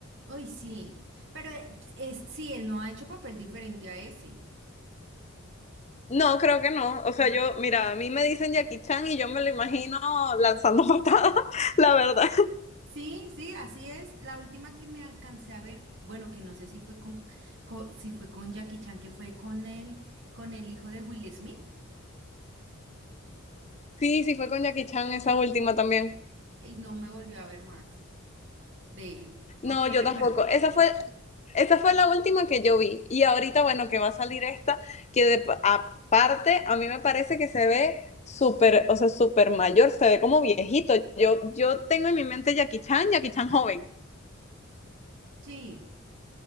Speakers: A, on the right; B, on the left.
A: Uy, sí. Pero eh, es, sí, él no ha hecho papel diferente a ese.
B: No, creo que no. O sea,
A: No.
B: yo, mira, a mí me dicen Jackie Chan y yo me lo imagino lanzando patadas, <laughs> la verdad.
A: Sí, sí, así es. La última que me alcancé a ver, bueno, que no sé si fue con, co- si fue con Jackie Chan, que fue con él, con el hijo de Will Smith,
B: Sí, sí fue con Jackie Chan esa última también.
A: y no me volvió a ver más de él. No,
B: No,
A: que
B: yo tampoco.
A: recuerden.
B: Esa fue, esa fue la última que yo vi. Y ahorita, bueno, que va a salir esta, que de- aparte a mí me parece que se ve súper, o sea, súper mayor, se ve como viejito. Yo, yo tengo en mi mente Jackie Chan, Jackie Chan joven.
A: Sí.